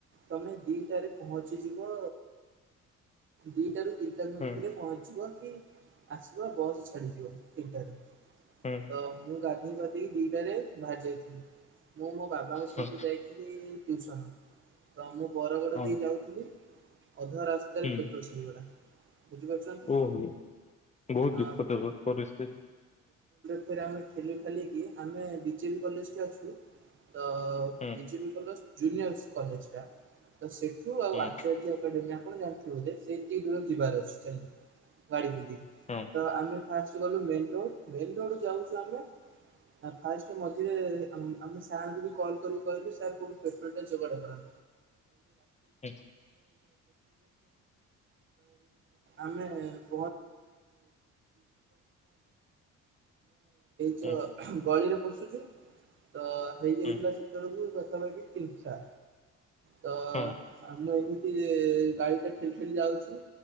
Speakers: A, on the right; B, on the left.
A: ତମେ ଦିଟାରେ ପହଞ୍ଚିଯିବ ଦିଟାରୁ ତିନିଟା ମଧ୍ୟରେ
B: ହୁଁ
A: ପହଞ୍ଚିବ କି ଆସିବ ବସ୍ ଛାଡିଯିବ ତିନିଟା ରେ।
B: ହୁଁ
A: ତ ମୁଁ ଗାଧୋଇ ପାଧେଇ ଦିଟାରେ ବାହାରିଯାଇଥିଲି। ମୁଁ ମୋ ମୋ ବାବାଙ୍କ ସହିତ
B: ହୁଁ ହଁ
A: ଯାଇଥିଲି ଟିୟୁସନ ତ ମୁଁ ବରଗଡ଼
B: ହଁ
A: ଦେଇ ଯାଉଥିଲି ଅଧା ରାସ୍ତାରେ
B: ହୁଁ
A: ପେଟ୍ରୋଲ ସରିଗଲା, ବୁଝିପାରୁଛନ୍ତି।
B: ଓହୋ ବହୁତ
A: ଅ
B: ଦୁଃଖ ତ ଘଟ୍ ପରିସ୍ଥିତ।
A: ସିଥେରେ ଆମେ ଖେଲିଖାଲି କି ଆମେ ବିଜେପି କଲେଜ ରେ ଅଛୁ। ତ
B: ହୁଁ
A: ବିଜେପ କଲେଜ ଜୁନିୟସ କଲେଜ ଟା। ତ ସେଠୁ ଆଉ
B: ହୁଁ
A: ଆଚାର୍ଯ୍ୟ ଏକାଡେମୀ ଆପଣ ଜାଣିଥିବେ ବୋଧେ ସେତିକି ଦୂର ଯିବାର ଅଛି ଚା ଗାଡି ଫିଡି
B: ହଁ
A: ତ ଆମେ ଫାଷ୍ଟ ଗଲୁ ମେନ ରୋଡ ମେନ ରୋଡ ଯାଉଛୁ ଆମେ ଆ ଫାଷ୍ଟ ମଝିରେ ଆମେ ଆମେ ସାର ଙ୍କୁ କଲ୍ କରି କହିଲୁ ସାର୍ କୋଉଠୁ ପେଟ୍ରୋଲ ଟାଏ ଯୋଗାଡ କର।
B: ହୁଁ
A: <unintelligible> <unintelligible> <unintelligible> ଏଇ ଯୋଉ
B: ହୁଁ
A: ଗଳିରେ ପସୁଛୁ। ତ ହେଇଯାଇଥିଲା
B: ହୁଁ ହୁଁ
A: ସେତେବେଳ କୁ ପାଖାପାଖି ତିନିଟା। ତ
B: ହଁ
A: ଆମ ଏମିତି ସେ ଗାଡିଟା ଠେଲିଠେଲି ଯାଉଛୁ,